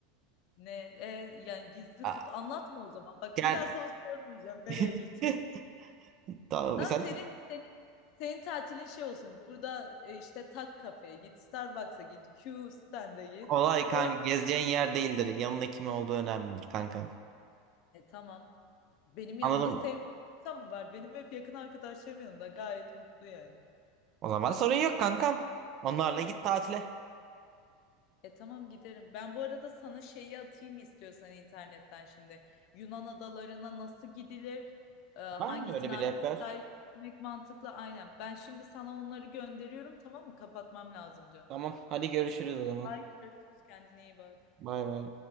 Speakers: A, on the left; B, on the right.
A: Ne? E, yani gizli
B: Aa,
A: tut. Anlatma o zaman. Bak
B: Yani
A: bir daha sana sormayacağım nereye
B: <laughs>
A: gideceğim.
B: tamam,
A: Tamam
B: sen
A: senin senin senin tatilin şey olsun. Burada e, işte Tak kafeye git, Starbucks'a git, Q Stand'a git.
B: olay kanka
A: Orada
B: gezeceğin yer değildir. Yanında kim olduğu önemlidir kankam.
A: e, tamam. Benim yanımda
B: Anladım.
A: sevdiğim
B: mı?
A: insan mı var? Benim hep yakın arkadaşlarım yanımda gayet mutlu yani.
B: O zaman sorun yok kankam. Onlarla git tatile.
A: E tamam giderim. Ben bu arada sana şeyi atayım istiyorsan internetten şimdi. Yunan adalarına nasıl gidilir? E, hangisini
B: Var mı öyle bir
A: hangi
B: rehber?
A: sırayla gitmek mantıklı? Aynen. Ben şimdi sana onları gönderiyorum tamam mı? Kapatmam lazım canım.
B: Tamam hadi görüşürüz o zaman.
A: Haydi görüşürüz. Kendine iyi bak.
B: Bay bay.